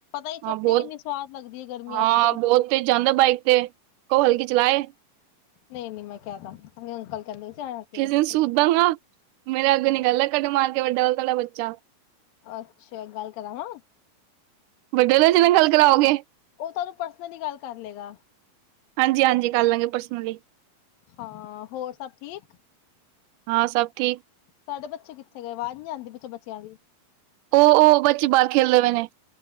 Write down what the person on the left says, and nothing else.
ਹੀ ਚਟਨੀ
ਕਿੰਨੀ ਸਵਾਦ ਲੱਗਦੀ ਹੈ ਗਰਮੀਆਂ
ਚ ਤੇ।
ਨਈ-ਨਈ ਮੈਂ ਕੈ ਦਾਂਗੀ, ਹੋਣੇ ਅੰਕਲ ਕੈਂਦੇ ਪੇ ਸੀ ਆ ਕੇ
ਗੱਡੀ
ਚਲਾ।
ਹਾਂ
ਅੱਛਾ ਗੱਲ ਕਰਾਵਾਂ
ਓ ਤੁਹਾਨੂੰ ਪਰਸਨਲੀ ਗੱਲ ਕਰ ਲੇਗਾ।
ਹਾਂ, ਹੋਰ ਸਭ ਠੀਕ?
ਤੁਆਡੇ ਬੱਚੇ ਕਿੱਥੇ ਗਏ, ਆਵਾਜ਼ ਨੀ ਆਂਦੀ ਪਿੱਛੇ ਬੱਚਿਆਂ ਦੀ?